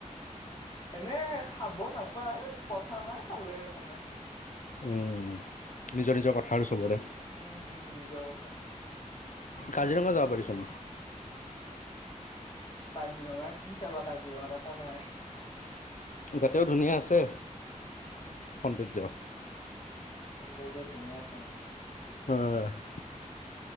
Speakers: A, on the left; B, on the left.
A: এনে খাব নাপায়, কথা নাই খালে একো নাই
B: উম'নিজৰ-নিজৰ কথা আৰু চবৰে
A: উম উম নিজৰ কথা।
B: কাজিৰঙা যাব পাৰিচোন
A: কাজিৰঙা কি চাবা? কাজিৰঙাত একো নাইয়েই।
B: যাতেও ধুনীয়া আছে, সৌন্দৰ্য।
A: সৌন্দৰ্য ধুনীয়া আছে নেকি?
B: হুম।